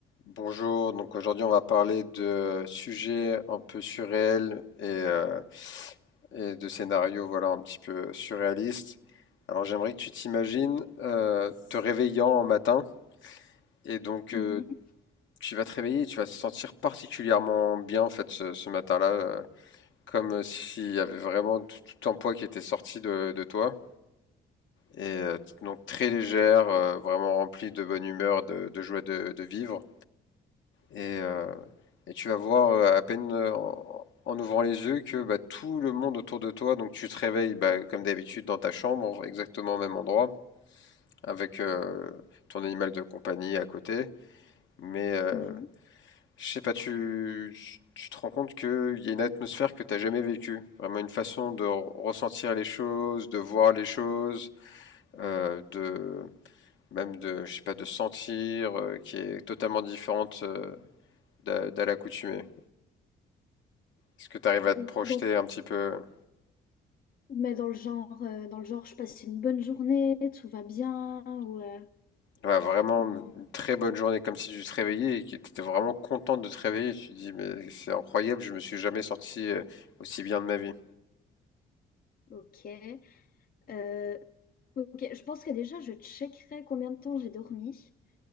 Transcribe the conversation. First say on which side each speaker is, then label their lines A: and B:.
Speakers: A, on the left; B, on the left.
A: Bonjour, donc aujourd'hui on va parler de sujets un peu surréels et, euh, et de scénarios voilà, un petit peu surréalistes. Alors j'aimerais que tu t'imagines euh, te réveillant un matin et donc
B: Mhm,
A: euh, tu vas te réveiller et tu vas te sentir particulièrement bien en fait ce, ce matin-là, euh, comme s'il y avait vraiment tout, tout un poids qui était sorti de, de toi. Et euh, donc très légère, euh, vraiment remplie de bonne humeur, de, de joie de, de vivre. Et, euh, et tu vas voir euh, à peine euh, en, en ouvrant les yeux que bah, tout le monde autour de toi, donc tu te réveilles bah, comme d'habitude dans ta chambre, exactement au même endroit, avec euh, ton animal de compagnie à côté. Mais euh,
B: mhm.
A: je sais pas, tu, tu te rends compte qu'il y a une atmosphère que t'as jamais vécue. Vraiment une façon de re- ressentir les choses, de voir les choses, euh, de même de, je sais pas, de sentir, euh, qui est totalement différente euh, d'à d'à l'accoutumée. Est-ce que tu arrives à
B: Euh,
A: te projeter
B: Donc,
A: un petit peu?
B: mais dans le genre, euh, dans le genre, je passe une bonne journée, tout va bien, ou euh,
A: Ouais, vraiment
B: comment?
A: une très bonne journée, comme si tu te réveillais et que tu étais vraiment contente de te réveiller. Tu te dis, mais c'est incroyable, je me suis jamais sorti euh, aussi bien de ma vie.
B: Ok. Euh, ok, je pense que déjà, je checkerai combien de temps j'ai dormi,